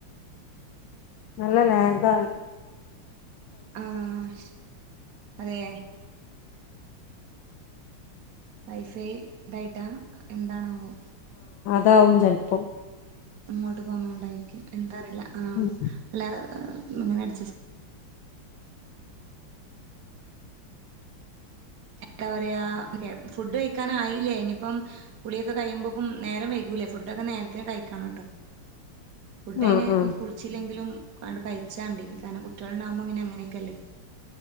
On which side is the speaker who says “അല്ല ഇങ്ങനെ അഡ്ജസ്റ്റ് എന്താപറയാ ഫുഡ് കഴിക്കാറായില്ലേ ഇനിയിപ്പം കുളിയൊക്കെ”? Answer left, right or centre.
Right